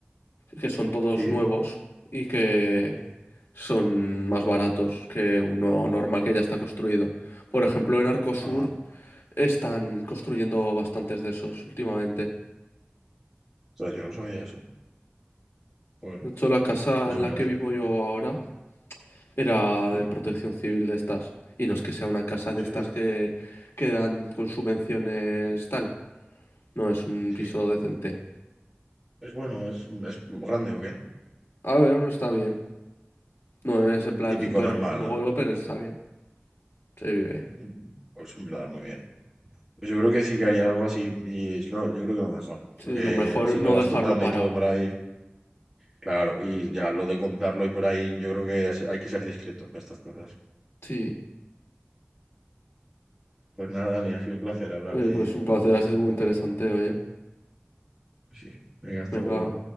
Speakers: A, on the left; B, in the centre.
A: que son todos
B: sí.
A: nuevos y que son
B: Vale.
A: más baratos que uno normal que ya está construido. Por ejemplo, en Arcosur
B: Ah.
A: están construyendo bastantes de esos últimamente.
B: sea, yo no sabía eso. Bueno,
A: De hecho, la casa
B: pues
A: en
B: en
A: la
B: verdad
A: que
B: sí
A: vivo
B: que tenía.
A: yo ahora Era
B: Sí,
A: de protección civil de estas. Y no es que sea una casa
B: en
A: de
B: serio.
A: estas que, que dan con subvenciones tal. No, es un
B: Sí.
A: piso decente.
B: Es bueno, es, es grande o qué.
A: A ver, no está bien. No es en plan
B: Típico
A: súper
B: normal,
A: lujoso,
B: ¿no?
A: pero está bien. Se vive bien.
B: Mm. Pues en verdad, muy bien. Pues yo creo que sí que haría algo así y es lo- yo creo que lo mejor.
A: Sí,
B: Porque
A: lo mejor
B: el- si
A: es no
B: lo vas
A: dejarlo
B: contando
A: parado.
B: y todo por ahí, claro, y ya lo de contarlo y por ahí, yo creo que es- hay que ser discreto con estas cosas.
A: Sí.
B: Pues nada, Dani, ha sido un placer hablar
A: Oye,
B: de,
A: pues un placer,
B: de
A: ha
B: esto
A: sido muy
B: contigo.
A: interesante, oye.
B: Pues Sí, venga, hasta
A: Venga.
B: luego.